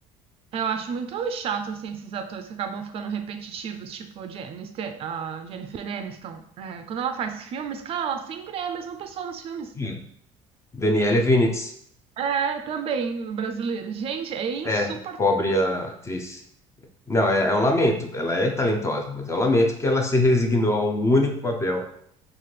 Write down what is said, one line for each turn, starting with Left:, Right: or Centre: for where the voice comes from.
Right: Eu acho muito chato, assim, esses atores que acabam ficando repetitivos, tipo Jennifer, a Jennifer Aniston. É, quando ela faz filmes, cara, ela sempre é a mesma pessoa nos filmes.
Left: Hum. Daniela Vinitz.
Right: É, também, brasileira. Gente, é insuportável.
Left: É, pobre a atriz. Não, é, é um lamento. Ela é talentosa, mas é um lamento que ela se resignou a um único papel.